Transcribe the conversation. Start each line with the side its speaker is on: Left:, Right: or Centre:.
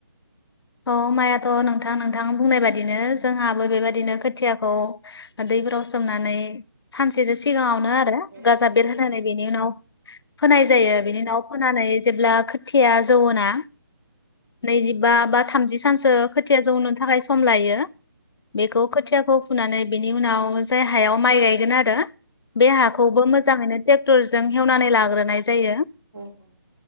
Left: औ माइयाथ' नोंथां नोंथां बुंनाय बायदिनो जोंहाबो बेबायदिनो खोथिया औ दैफोराव सोमनानै सानसेसो सिगाङावनो आरो
Right: बेबायदिथ'
Left: गाजा बेरहोनानै बेनि उनाव फोनाय जायो बेनि उनाव फोनानै जेबो खो थिया जौयोना नैजिबा बा थामजि सामसो खोथिया जौनो थाखाय सम लायो बेखौ खोथियाखौ फुनानै बिनि उनाव जाय हायाव माइ गायगोन आरो । बे हाखौबो मोजाङैनो ट्रेक्टर जों हेवनानै लाग्रोनाय जायो ।
Right: औ औ